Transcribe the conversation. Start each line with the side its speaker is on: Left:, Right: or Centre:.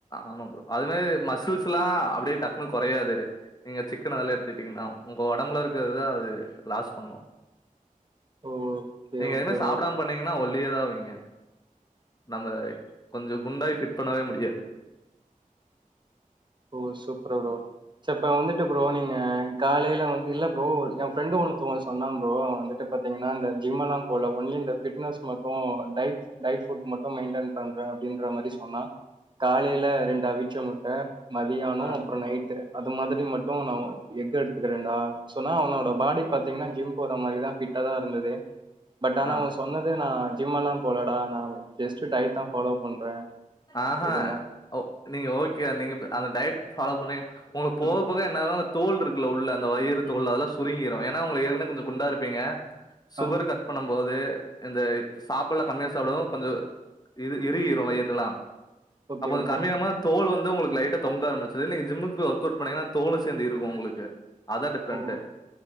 Left: ஆமா ப்ரோ அது மாரி மசில்ஸ்ல்லா அப்டியே டக்குனு கொறயாது நீங்க சிக்கன அதுல எடுத்துட்டீங்கனாவு உங்க ஒடம்புல இருக்குறதுதா அது லாஸ் பண்ணும்
Right: ஓகே
Left: நீங்க
Right: ஓகே
Left: எதுவுமே சாப்பிடாம
Right: ப்ரோ
Left: பண்ணிங்கன்னா ஒ க்ளியர் அவீங்க நம்ம கொஞ்சோ குண்டாய் ஃபிட் பண்ணவே முடியாது
Right: ஓ சூப்பர் ப்ரோ ச இப்ப வந்துட்டு ப்ரோ நீங்க காலையில வந்து இல்ல ப்ரோ என் ஃப்ரெண்டு ஒனு தொ ஒண்ணு சொன்னான் ப்ரோ வந்துட்டு பாத்தீங்கன்னா இந்த ஜிம் எல்லாம் போல ஒன்லி இந்த ஃபிட்னஸ் மட்டும் டயட் டயட்ஃபுட் மட்டு மெயின்டெயன் பண்றேன் அப்படின்ற மாதிரி சொன்னா காலையில ரெண்டு அவிச்ச முட்ட மதியானம்
Left: ஆ
Right: அப்புறம் நைட்டு அது மாதிரி மட்டும் நா எஃகு எடுத்துக்கிறேன்டா சோ நா அவனோட பாடி பாத்தீங்கன்னா ஜிம் போற மாதிரிதா ஃபிட்டா தா இருந்தது பட் ஆனா
Left: ஆ
Right: அவ சொன்னது நா ஜிம் எல்லா போலடா நா ஜஸ்ட் டயட் தா ஃபாலோ பண்றே
Left: ஆ
Right: இதுமா
Left: அ நீங்க ஓக்கே வா நீங்க டயட் ஃபாலோ
Right: ஆ
Left: பண்ணீங்க உங்களுக்கு போக
Right: ம்
Left: போக எண்ணாகு தோல் இருக்குல உள்ள அந்த வயிறு
Right: ம்
Left: தோள் அதெல்லா சுருங்கிரும் ஏனா நா உங்களுக் ஏற்கனவே கொஞ்சோ குண்டா இருப்பீங்க சுகர்
Right: ஆ
Left: கட் பண்ண போது இந்த சாப்பிடலா கம்மியா சாப்பிடும் கொஞ்சோ இறுகிடும் வயிறு எல்லா
Right: ஓகே
Left: அப்ப
Right: ஓகே
Left: கம்மியமா தோல் வந் உங்களுக்கு லைட்ட தொங்க ஆரம்பிச்சது நீங்க ஜிமுக்கு போய் ஒர்க அவுட் பண்ணீங்கனா தோளு சேர்ந்து இறுகு உங்களுக்கு அதா டிஃப்ரெண்ட்டு
Right: ஓ